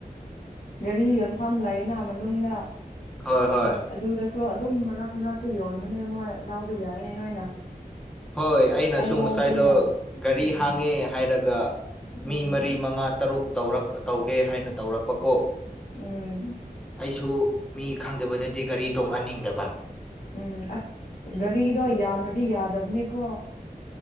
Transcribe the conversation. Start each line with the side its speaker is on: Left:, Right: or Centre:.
Left: ꯒꯥꯔꯤ ꯌꯣꯟꯐꯝ ꯂꯩꯅ ꯃꯅꯨꯡꯗ
Centre: ꯍꯣꯏ ꯍꯣꯏ
Left: ꯑꯗꯨꯗꯁꯨ ꯑꯗꯨꯝ ꯃꯔꯛ ꯃꯔꯛꯇ ꯌꯣꯟꯕꯅꯦ ꯃꯣꯏ ꯂꯥꯎꯕ ꯌꯥꯏꯅꯦ ꯅꯣꯏꯅ
Centre: ꯍꯣꯏ ꯑꯩꯅꯁꯨ
Left: ꯑꯩ ꯂꯧꯒꯦꯅ
Centre: ꯉꯁꯥꯏꯗꯣ ꯒꯥꯔꯤ
Left: ꯎꯝ
Centre: ꯍꯥꯡꯉꯦ ꯍꯥꯏꯔꯒ
Left: ꯎꯝ
Centre: ꯃꯤ ꯃꯔꯤ ꯃꯉꯥ ꯇꯔꯨꯛꯧꯔꯛ ꯇꯧꯒꯦ ꯍꯥꯏꯅ ꯇꯧꯔꯛꯄ ꯀꯣ
Left: ꯎꯝ
Centre: ꯑꯩꯁꯨ ꯃꯤ ꯈꯪꯗꯕꯗꯗꯤ ꯒꯥ ꯔꯤ ꯇꯣꯡꯍꯟꯅꯤꯡꯗꯕ
Left: ꯎꯝ ꯑꯁ ꯒꯥꯔꯤꯗꯣ ꯌꯥꯝꯅꯗꯤ ꯌꯥꯗꯕꯅꯦꯀꯣ